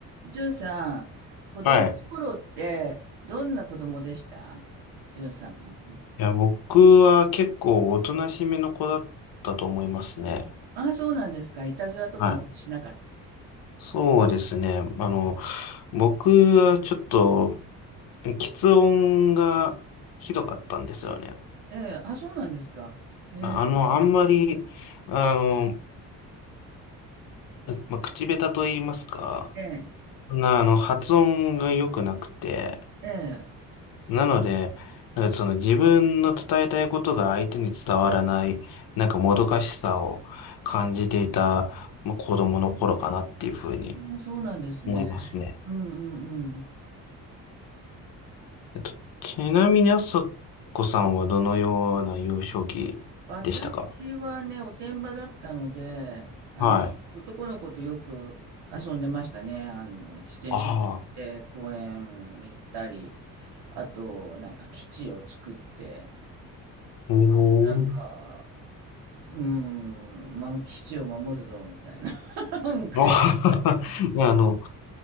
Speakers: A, on the right; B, on the left.
A: じゅんさん、子供の頃ってどんな子供でしたじゅんさん。
B: はい。いや、僕は結構おとなしめの子だったと思いますね。
A: ああ、そうなんですか。いたずらとかあんまりしなかった。
B: はい。そうですね。あの、僕はちょっと、喫音がひどかったんですよね。
A: ええ、あ、そうなんですか。へえ、
B: ああの、あんまり、あの、まあ、口下手と言いますか、
A: ええ、
B: そんな、あの、発音が良くなくて、
A: ええ。
B: なので、なんかその自分の伝えたいことが相手に伝わらない、なんかもどかしさを感じていた、まあ、子供の頃かなっていうふうに
A: あそうなんですね。
B: 思いますね。
A: うんうんうん。
B: えっと、ちなみにあさこさんはどのような幼少期でしたか
A: 私はね、おてんばだったので、あの、
B: はい。
A: 男の子とよく遊んでましたね。あの、自転車乗って公園行ったり、
B: ああ、
A: あと、なんか基地を作って、
B: おお
A: なんか、うーん、ま、基地を守るぞ、みたいな。<laughs> なんかやね。
B: <laughs> あはははあの、